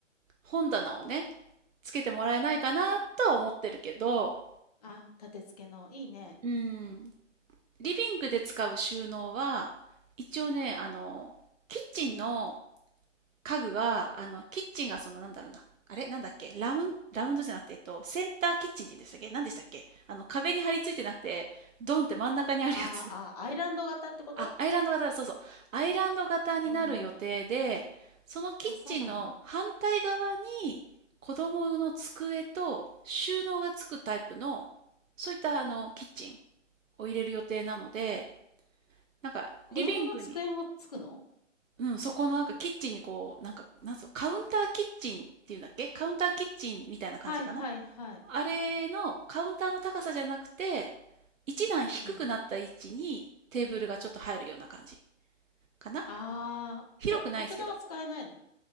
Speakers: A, on the right; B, on the left.
A: 本棚をね、つけてもらえないかなとは思ってるけど、
B: あ、立て付けの、いいね。
A: うん、リビングで使う収納は、一応ね、あの、キッチンの家具が、あの、キッチンがそのなんだろうな、あれなんだっけラウン、ラウンドじゃなくて、えっと、センターキッチンって言うんでしたっけ何でしたっけあの、壁に張り付いてなくて、ドンって真ん中にあるやつ。
B: ああ、アイランド型ってこと
A: あ、アイランド型だ、そうそう。アイランド型になる予定で、
B: うんうん。
A: そのキッチンの反対側に子供用の机と収納がつくタイプの、
B: あ、そうなんだ。
A: そういったあの、キッチンを入れる予定なので、なんか、
B: 子供の机もつくの
A: リビングに、うん、そこのなんかキッチンにこう、なんか、なんつうの、カウンターキッチンっていうんだっけカウンターキッチンみたいな感じかな
B: はいはいはい。
A: あれのカウンターの高さじゃなくて、一段低くなった位置にテーブルがちょっと入るような感じ
B: うん。
A: かな
B: ああ、
A: 広くないですけど。
B: じゃあ大人は使えないの